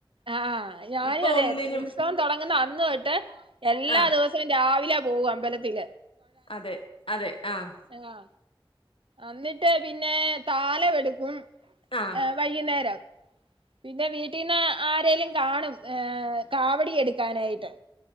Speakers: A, on the right (about 80°); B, on the left (about 80°).
A: ആഹ് ഞാനും
B: ഇപ്പൊ
A: അതെ
B: ഒന്നിനും
A: ഉത്സവം തുടങ്ങുന്ന അന്ന് തൊട്ട് എല്ലാ
B: ആ
A: ദിവസവും. രാവിലെ പോകും അമ്പലത്തിൽ.
B: അതെ അതെ ആഹ്
A: ആഹ്. എന്നിട്ട് പിന്നെ താലം എടുക്കും.
B: ആഹ്.
A: വൈകുന്നേരം പിന്നെ വീട്ടീന്ന്. ആരേലും കാണും ഏഹ് കാവടി എടുക്കാനായിട്ട്.